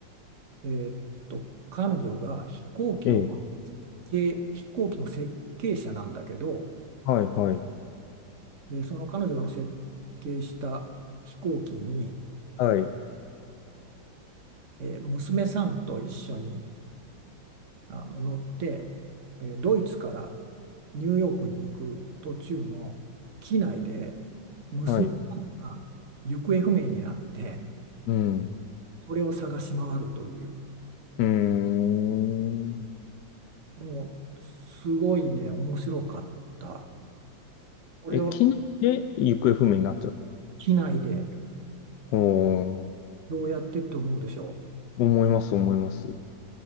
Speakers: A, on the right; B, on the left.
A: えーっと、彼女が飛行機を、
B: ええ、
A: け飛行機の設計者なんだけど、
B: はい、はい、
A: で、その彼女の設計した飛行機に、
B: はい、
A: えー娘さんと一緒にあの乗って、えードイツからニューヨークに行く途中の機内で娘さんが行方不明になって
B: はい。うん。
A: それを探し回るという
B: うーん。
A: もうすごいね面白かったこれを
B: えええ、機内で行方不明になっちゃった。
A: 機内で
B: おー、
A: どうやってって思うでしょう
B: 思います、思います。